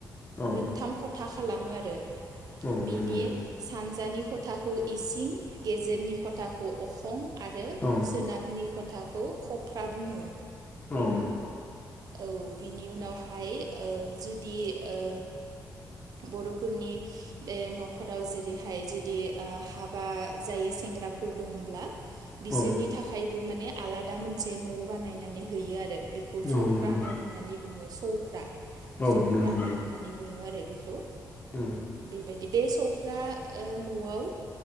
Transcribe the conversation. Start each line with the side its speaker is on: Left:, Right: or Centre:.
Left: औ
Right: मोनथाम खथा खालामो आरो
Left: औ
Right: बिनि
Left: नंगौ
Right: सानजानि खथाखौ इसिं, गेजेरनि खथाखौ अखं आरो
Left: औ
Right: सोनाबनि खथाखौ खफ्रा बुङो।
Left: औ
Right: औ बिनि उनावहाय औ जुदि ओ बर'फोरनि बे न'खराव जेरैहाय जुदि ओ हाबा जायै सेंग्राफोर दंब्ला बिसोरनि
Left: औ
Right: थाखायबो माने आलादा मोनसे न' बानायनानै होयो आरो बिखौ सफ्रा
Left: औ नंगौ
Right: न' होननानै बुङो सौफ्रा।
Left: औ
Right: सौफ्रा
Left: नंगौ
Right: न' होननानै बुङो आरो बेखौ।
Left: औ
Right: बेबायदि बे सौफ्रा ओ न'आव